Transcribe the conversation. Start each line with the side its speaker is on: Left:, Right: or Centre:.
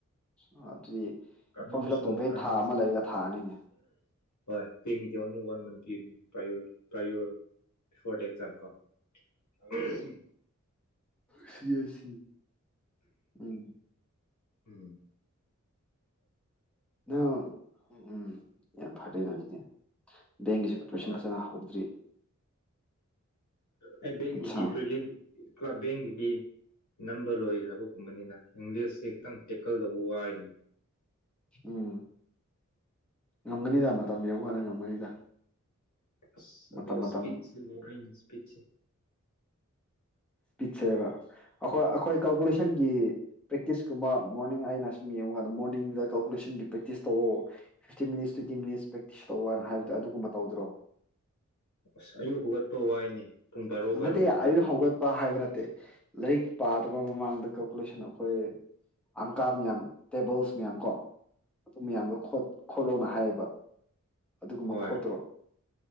Centre: ꯑ ꯑꯗꯨꯗꯤ
Left: ꯀꯃꯤꯡ
Centre: ꯐꯣꯔꯝ ꯐꯤꯜ ꯑꯞ
Left: ꯁꯨꯟ
Centre: ꯇꯧꯕꯩ
Left: ꯀꯃꯤꯡ
Centre: ꯊꯥ ꯑꯃ
Left: ꯁꯨꯟ
Centre: ꯂꯩꯔꯒ ꯊꯥꯔꯅꯤꯅꯦ꯫
Left: ꯍꯣꯏ ꯇꯦꯡꯒꯤꯗꯤ ꯑꯣꯟꯂꯤ ꯋꯥꯟ ꯃꯟ ꯄꯤꯕꯅꯤ ꯄ꯭ꯔꯥꯏꯌꯣꯔꯤ ꯄ꯭ꯔꯥꯏꯌꯣꯔ ꯐꯣꯔ ꯗꯦꯠ ꯆꯪꯒꯣ ꯑꯥ ꯍꯝ
Centre: ꯁꯤ ꯑꯥꯁꯤ ꯎꯝ
Left: ꯎꯝ
Centre: ꯅꯪ ꯎꯝ ꯎꯝ ꯌꯥꯝ ꯐꯔꯦꯅ ꯑꯗꯨꯗꯤ ꯕꯦꯡꯒꯤꯁꯨ ꯄ꯭ꯔꯤꯄ꯭ꯔꯦꯁꯟ
Left: ꯍꯣꯏ
Centre: ꯐꯖꯅ ꯍꯧꯗ꯭ꯔꯤ
Left: ꯑꯩ ꯕꯦꯡꯒꯤꯗꯤ
Centre: ꯑꯠꯁꯥ
Left: ꯄ꯭ꯔꯂꯤꯝ ꯀ꯭ꯂ ꯕꯦꯡꯒꯤꯗꯤ ꯑꯅꯝꯕ ꯂꯣꯏꯈ꯭ꯔꯕꯒꯨꯝꯕꯅꯤꯅ ꯏꯪꯂꯤꯁꯁ ꯈꯤꯇꯪ ꯇꯦꯛꯀꯜ ꯇꯧꯕ ꯋꯥꯏꯅꯤ
Centre: ꯎꯝ ꯉꯝꯒꯅꯤꯗ ꯃꯇꯝ ꯌꯕꯀꯥꯟꯗ ꯉꯝꯒꯅꯤꯗ
Left: ꯑ ꯑꯗꯨꯣ
Centre: ꯃꯇꯝ ꯃꯇꯝ
Left: ꯁꯄꯤ ꯄꯤꯆ
Centre: ꯄꯤꯆꯦꯕ ꯑꯩꯈꯣꯏ ꯑꯩꯈꯣꯏ ꯀꯀꯨꯂꯁꯟ ꯒꯤ ꯄ꯭ꯔꯦꯛꯇꯤꯁ ꯀꯨꯝꯕ ꯃꯣꯔꯅꯤꯡ ꯑꯩꯅ ꯁꯨꯝ ꯌꯦꯡꯕ ꯀꯥꯟꯗ ꯃꯣꯔꯅꯤꯡꯗ ꯀꯜꯀꯨꯂꯦꯁꯟꯒꯤ ꯄ꯭ꯔꯦꯛꯇꯤꯁ ꯇꯧ fifteen minutes twenty minutes practice ꯇꯧ ꯍꯥꯏꯕꯣ ꯑꯗꯨꯒꯨꯝꯕ ꯇꯧꯗ꯭ꯔꯣ
Left: ꯑꯁ ꯑꯌꯨꯛ ꯍꯧꯒꯠꯄ ꯋꯥꯏꯅꯦ ꯄꯨꯡ ꯕꯥꯔꯣ ꯕꯥꯔꯣꯗ
Centre: ꯅꯗꯤ
Left: ꯍꯧꯒꯠꯂꯤꯅꯦ
Centre: ꯑꯌ ꯍꯧꯒꯠꯄ ꯍꯥꯏꯕ ꯅ ꯂꯥꯏꯔꯤꯛ ꯄꯥꯗꯕ ꯃꯃꯥꯡꯗ ꯀꯀꯨꯂꯦꯁꯟ ꯑꯩꯈꯣꯏ ꯑꯪꯀꯥ ꯃꯌꯥꯝ ꯇꯦꯕꯜꯁ ꯃꯌꯥꯝ ꯀꯣ ꯑꯗꯨ ꯃꯌꯥꯝꯗꯣ ꯈꯣꯠꯂꯣꯅ ꯍꯥꯏꯌꯦꯕ ꯑꯗꯨꯒꯨꯝꯕ
Left: ꯍꯣꯏ
Centre: ꯈꯣꯠꯇ꯭ꯔꯣ